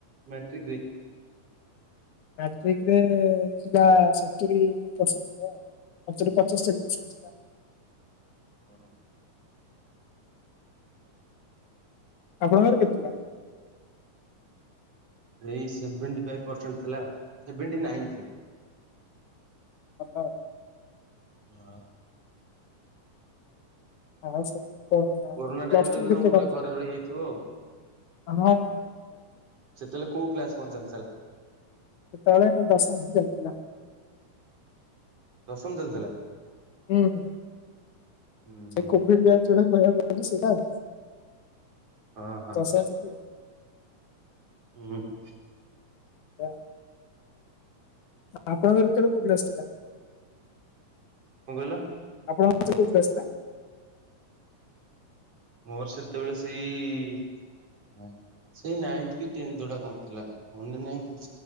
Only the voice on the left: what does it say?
ମାଟ୍ରିକରେ ଏ ଏ ଥିଲା ସତୁରି ପରସେଣ୍ଟ ଥିଲା। ସତୁରି ପଞ୍ଚସ୍ତରୀ ପରସେଣ୍ଟ ଥିଲା।
ଆପଣଙ୍କର କେତେ ଥିଲା?
ଭଲ
ଆଉ ସତାବନ
ପ୍ଲାଷଟୁ
ରେ
କେତେ
କଣ
ଥିଲା?
ହଁ ହ କରିଥିଲି।
ସେତେବେଳେ ଦଶମ ହିଁ ଚାଲିଥିଲା।
ହୁଁ ହୁଁ
ସେ
କୋଭିଡ଼ ବେଞ୍ଚ ଯେଉଁଟା ଗଲା ବର୍ଷ ସେଇଟା ଆଉ।
<unintelligible>
ଅ ଆ ଆପଣଙ୍କର ସେତେବେଳେ କୋଉ କ୍ଲାସ ଥିଲା?
ଆପଣଙ୍କର ସେତେବେଳେ କୋଉ କ୍ଲାସ ଥିଲା?